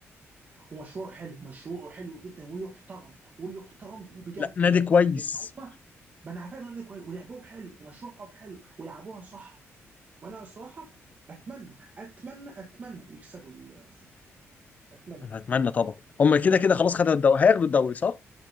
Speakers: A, on the right; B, on the left.
A: ومشروع حلو مشروع حلو جدا ويحترم ويحترم بجد
B: لا نادي
A: يعني
B: كويس
A: لان هم ما انا عارف إن ده كويس ولعبهم حلو ومشروعهم حلو ولعبوها صح وانا الصراحه اتمنى اتمنى اتمنى يكسبوا الثقه اتمنى
B: أنا اتمنى طبعا هم كده كده خلاص خدوا الدوري هياخدوا الدوري صح